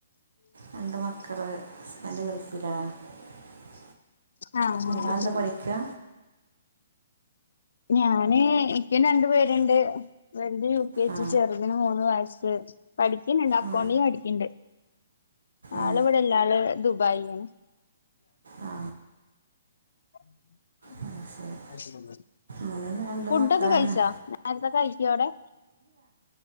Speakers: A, on the right; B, on the left.
A: രണ്ട് മക്കള് ഹസ്ബൻഡ് <unintelligible>
B: ആഹ് <unintelligible>
A: നിങ്ങളെന്താ പഠിക്കുക
B: ഞാന് എിക്കും രണ്ടുപേരുണ്ട് വെൽത് യു കെ ചെ
A: ആ
B: സി ചെറുതിന് മൂന്ന് വയസ്സ് പഠിക്കുന്ന്ണ്ട് അക്കൗണ്ടി
A: ആ
B: പഠിക്കണ്ട്
A: ഏ
B: ആളിവിടെല്ല ആള് ദുബായിലാണ്
A: ആ
B: <unintelligible>
A: അത് ശരി ഞാനും രണ്ട്
B: ഫുഡോക്കെ
A: മക്കൾ
B: കഴിച്ചാ
A: തന്നെ
B: നെരത്തെ കഴിക്കു അവിടെ